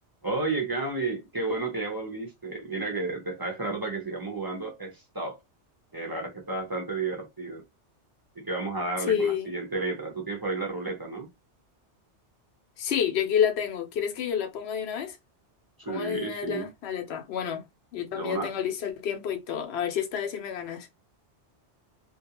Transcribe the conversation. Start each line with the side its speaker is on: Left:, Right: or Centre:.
Right: Oye, Cami, qué bueno que ya volviste. Mira que te estaba esperando para que sigamos jugando Stop, que la verdad es que está bastante divertido. Así que vamos a darle
Left: Sí,
Right: con la siguiente letra. Tú tienes por ahí la ruleta, ¿no?
Left: sí, yo aquí la tengo. ¿Quieres que yo la ponga de una vez?
Right: Sí,
Left: Pongo de una vez
Right: sí,
Left: la, la letra. Bueno, yo
Right: de
Left: también
Right: una.
Left: ya tengo listo el tiempo y todo. A ver si esta vez sí me ganas.